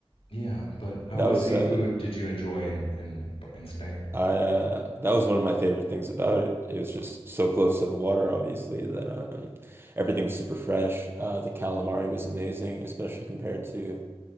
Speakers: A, on the left; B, on the right.
A: yeah, but uh,
B: That
A: what
B: was
A: seafood
B: uh,
A: did you enjoy in, in in Spain?
B: I uh, that was one of my favorite things about it. It was just so close to the water, obviously, that um, everything was super fresh. Uh, the calamari was amazing, especially compared to.